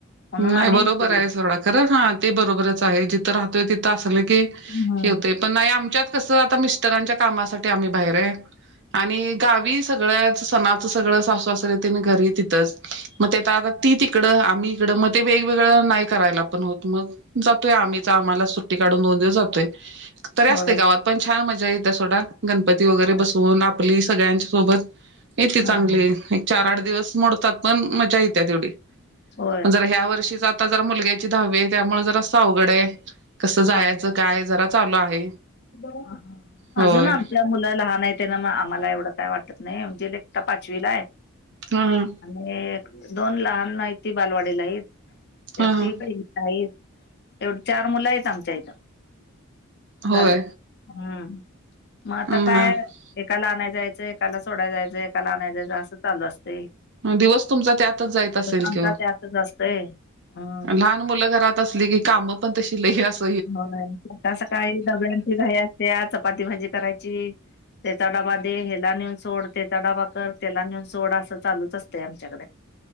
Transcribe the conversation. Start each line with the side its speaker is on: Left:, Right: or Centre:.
Left: म्हणून
Right: नाही
Left: आम्ही
Right: बरोबर
Left: इथले
Right: आहे सोडा. खरं हा, ते बरोबरच आहे, जिथं राहतोय तिथं असल की
Left: हम्म
Right: हे होतय. पण नाही, आमच्यात कसं, आता मिस्टरांच्या कामासाठी आम्ही बाहेर आहे. आणि गावी सगळंच सणाचं सगळं सासु सासर तेंन घरीच तिथंच. मग ते आता ती तिकडं, आम्ही इकडं. मग ते वेगवेगळं नाही करायला पण होत मग. जातोय आम्हीच. आम्हाला सुट्टी काढून दोन दिवस जातोय, तरी
Left: होय
Right: असतंय गावात पण छान मजा येत सोडा. गणपती वगैरे
Left: होय
Right: बसवून आपली सगळ्यांच्या सोबत येते
Left: हा
Right: चांगली. एक चार आठ दिवस मोडतात पण मजा येत्या तेवढ.
Left: होय
Right: जरा ह्या वर्षीच आता जरा मुलग्याची दहावीए त्यामुळ जरास अवघडाय कसं
Left: हा
Right: जायचं काय जरा चालू आहे.
Left: <unintelligible>
Right: होय
Left: अजून आपल मुलं लहानाय तेन म आमाला एवड काय वाटत नाई म्हणजे एकटा पाचवीलाय
Right: हम्म ह.
Left: आणि दोन लहान हाइत ती बालवाडीला हाइत
Right: ह
Left: एकटी
Right: ह
Left: पहिली एवड चार मुलं हाइत आमच्या इत
Right: होय
Left: झालं हम्म म आता
Right: हा
Left: काय? एकाला आणाय जायचं एकाला सोडाय जायचं एकाला आणाय जायचं असं चालू असतय.
Right: दिवस तुमचा त्यातच जाइत असल
Left: आमचा
Right: की ओ
Left: त्यातच असतोय अ
Right: लाहान मुल घरात असली काम पण तशी लई हे असत्यात
Left: हो सकाळ सकाळी डब्यांची घाई असत्या चपाती भाजी करायची तेचा डबा दे हेला नेऊन सोड तेचा डबा कर तेला नेऊन सोड असं चालूच असतंय आमच्याकड. <inaudible>